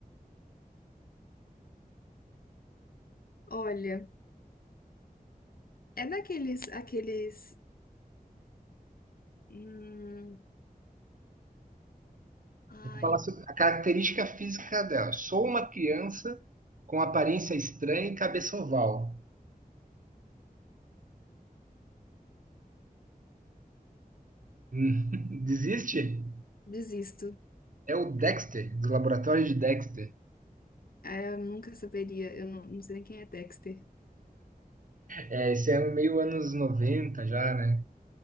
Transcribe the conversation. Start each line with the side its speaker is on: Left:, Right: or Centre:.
Left: Olha, é daqueles, aqueles, hum, ai,
Right: Vou falar sobre a característica física dela. Sou uma criança com aparência estranha e cabeça oval. Hum, <laughs> Desiste?
Left: desisto.
Right: É o Dexter, do laboratório de Dexter.
Left: Ah, eu nunca saberia, eu não, não sei nem quem é Dexter.
Right: É, esse é um meio anos 90 já, né?